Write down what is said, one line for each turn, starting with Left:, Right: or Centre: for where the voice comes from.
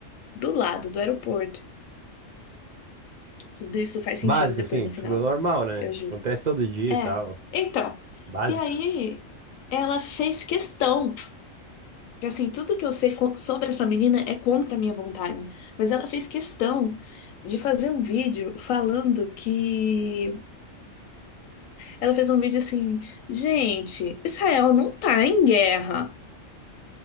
Left: do lado do aeroporto. Tudo isso faz sentido
Right: Básico,
Left: depois
Right: assim,
Left: no
Right: tipo,
Left: final,
Right: normal, né?
Left: eu juro.
Right: Acontece todo dia
Left: É,
Right: e tal.
Left: então.
Right: Básico.
Left: E aí, ela fez questão. que, Assim, tudo que eu sei co- sobre essa menina é contra a minha vontade, mas ela fez questão de fazer um vídeo falando que. Ela fez um vídeo assim: gente, Israel não tá em guerra.